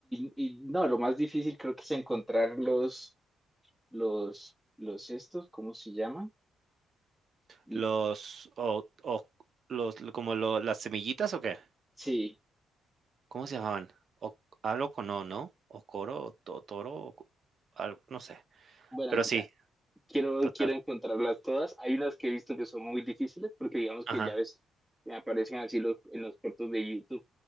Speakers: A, in the centre; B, on the right.
A: y, y no, lo más difícil creo que es encontrar los, los, los estos, ¿cómo se llaman? L-
B: Los o o los lo- como lo las semillitas, ¿o qué?
A: Sí,
B: ¿Cómo se llamaban? O algo con O, ¿no? O coro, o to toro, o co algo, no sé.
A: bueno,
B: Pero
A: total,
B: sí,
A: quiero,
B: total.
A: quiero encontrarlas todas. Hay unas que he visto que son muy difíciles porque digamos
B: Ajá,
A: que ya ves, me aparecen así los, en los cortos de YouTube